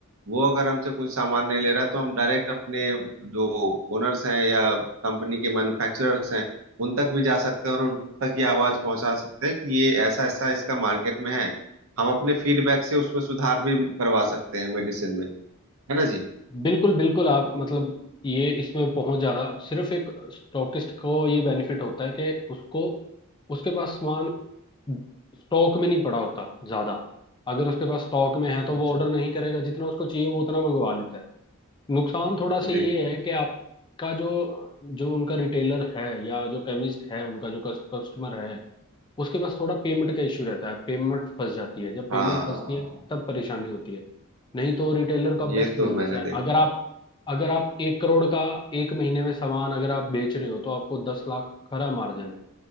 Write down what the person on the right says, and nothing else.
वो अगर हमसे कोई सामान नहीं ले रहा है, तो हम डायरेक्ट अपने जो ओनर्स हैं या कंपनी के मैन्युफैक्चरर्स हैं उन तक भी जा सकते हैं और उन तक ये आवाज पहुंचा सकते हैं कि ये ऐसा ऐसा इसका मार्केट में है हम अपने फीडबैक से उसमें सुधार भी करवा सकते हैं मेडिसिन में है ना जी
अच्छा
जी
हाँ
ये
तो
मैंने
देखा
है